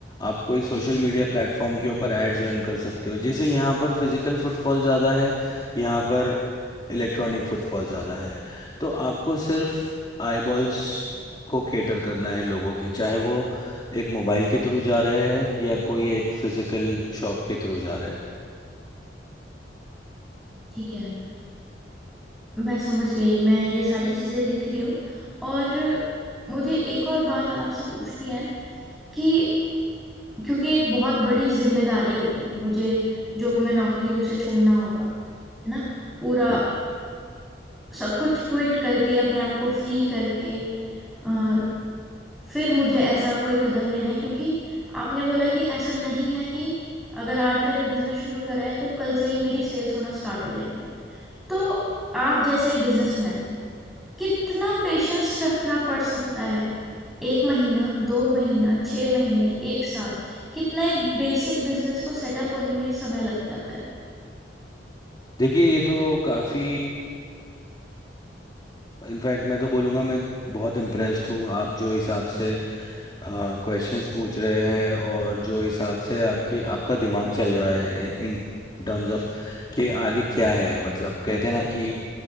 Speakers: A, on the left (about 25°); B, in the centre.
A: आप कोई सोशल मीडिया प्लेटफॉर्म के ऊपर एड्स रन कर सकते हो जैसे यहाँ पर फिजिकल फुटफॉल ज़्यादा है यहाँ पर इलेक्ट्रॉनिक फुटफॉल ज़्यादा है तो आपको सिर्फ आईबॉल्स को केटर करना है लोगों की चाहे वो एक मोबाइल के थ्रू जा रहे हैं या कोई एक फिजिकल शॉप के थ्रू जा रहे
B: ठीक है मैं समझ गई मैं ये सारी चीजें लिख रही हूँ और मुझे एक और बात आपसे पूछनी है कि क्योंकि एक बहुत बड़ी जिम्मेदारी होगी मुझे जो मैं नौकरी हूं उसे छोड़ना होगा है ना पूरा
A: हैं
B: सब कुछ क्विट करके अपने आप को फ्री करके आ, फिर मुझे ऐसा कोई कदम लेना है क्योंकि आपने बोला कि ऐसा नहीं है कि अगर आज मैंने बिजनेस शुरू करा है तो कल से ही मेरी सेल्स होना स्टार्ट हो जाएंगी तो आप जैसे एक बिजनेसमैन हो कितना पेशेंस रखना पड़ सकता है एक महीना दो महीना छह महीने एक साल कितना एक बेसिक बिजनेस को सेटअप होने में समय लग जाता है
A: देखिए ये तो काफ़ी इनफैक्ट मैं तो बोलूँगा मैं बहुत इम्प्रेस्ड हूँ आप जो हिसाब से क्वेश्चंस पूछ रहे हैं और जो हिसाब से आपकी आपका दिमाग चल रहा है इन टर्म्स ऑफ कि आगे क्या है मतलब कहते हैं ना कि